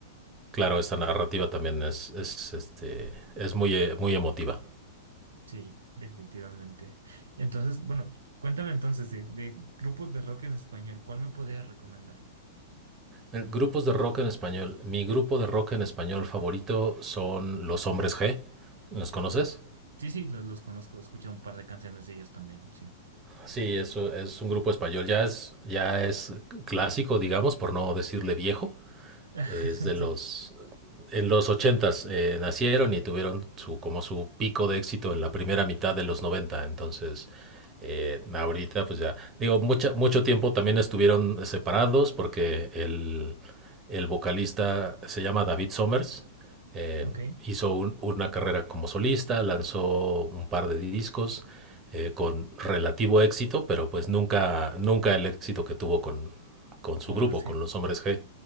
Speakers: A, on the right; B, on the right.
A: Claro, esta narrativa también es, es, este, es muy, eh, muy emotiva.
B: Sí, definitivamente. Entonces, bueno, cuéntame entonces de, de grupos de rock en español, ¿cuál me podrías recomendar?
A: Eh, Grupos de rock en español. Mi grupo de rock en español favorito son Los Hombres G. ¿Los conoces?
B: Sí, sí, los, los conozco, he escuchado un par de canciones de ellos también, sí.
A: Sí, eso es un grupo español, ya es, ya es clásico, digamos, por no decirle viejo
B: <laughs>
A: es de los...
B: Sí,
A: En los ochentas eh, nacieron y tuvieron su, como su pico de éxito en la primera mitad de los 90 entonces... Eh, ahorita, pues ya, digo, mucha, mucho tiempo también estuvieron separados porque el, el vocalista se llama David Somers, eh,
B: ok,
A: hizo un- una carrera como solista, lanzó un par de discos eh, con relativo éxito, pero pues nunca, nunca el éxito que tuvo con, con su
B: con
A: grupo,
B: hombres G,
A: con los Hombres G.